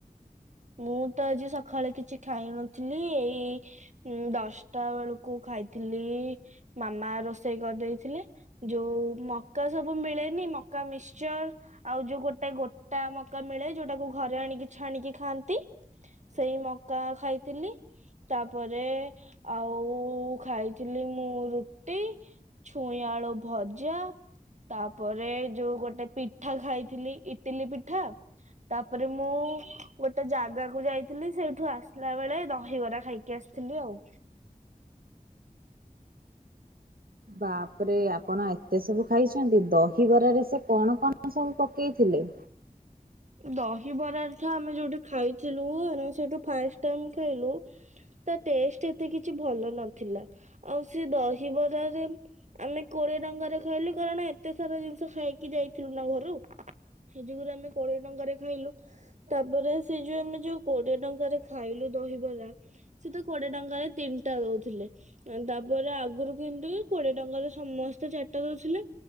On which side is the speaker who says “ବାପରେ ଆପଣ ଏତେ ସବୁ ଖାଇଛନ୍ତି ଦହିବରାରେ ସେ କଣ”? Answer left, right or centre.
Right